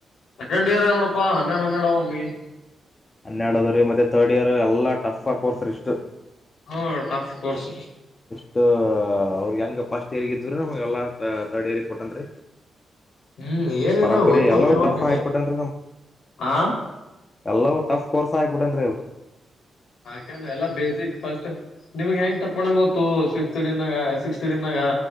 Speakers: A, on the left; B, on the left.
A: ಸೆಕೆಂಡ್ ಇಯರ್ ನೋಡ ಪ್ಪಾ ಅನ್ನೆರಡು ಹನ್ನಣ ಒಮಗೆ
B: ಹನ್ನೆರಡದವ ರೀ ಮತ್ತುತ್ತೆ ಥರ್ಡ್ ಇಯರ್ ಎಲ್ಲ ಟಫ ಆಗಿ ಕೋರ್ಸ ರಿ ಇಷ್ಟು
A: ಹ ಟಾಫ ಕೋರ್ಸ್
B: ಇಷ್ಟು ಅವ್ರಿಗೆ ಹೆಂಗೆ ಫಸ್ಟ್ ಇಯರ್ಗ ಇದ್ರ ನಮ್ಗೆಲ್ಲ ಥರ್ಡ್ ಇಯರ್ರಿಗೆ ಕೊಟ್ಟನ್ ರೀ.
A: ಹ್ಮ್ ಏನಿಲ್ಲ
B: ಬರಬ್ಬರಿ
A: ಓದ್ಕೋತಿರ್ರುವ
B: ಎಲ್ಲವೂ ಟಫ್
A: ನಂಗೆ
B: ಹಾಕ್ಬಿಟ್ಟನ್
A: ಆ
B: ಎಲ್ಲೂ ಟಫ್ ಕೋರ್ಸ್ ಆಗ್ಬಿಟ್ಟೆನ್ರಿವು
A: ಕೆ ಎಲ್ಲಾ ಬೇಸಿಕ್ ಫಸ್ಟ್ ನಿಮ್ಮಗೆ ಹೆಂಗ್ ತಪ್ಪ್. ನ್ ಗೊತ್ತು ಫಿಫ್ ಅಡಿನಾಗ ಸಿಕ್ಸ್ ಅಡನಾಗ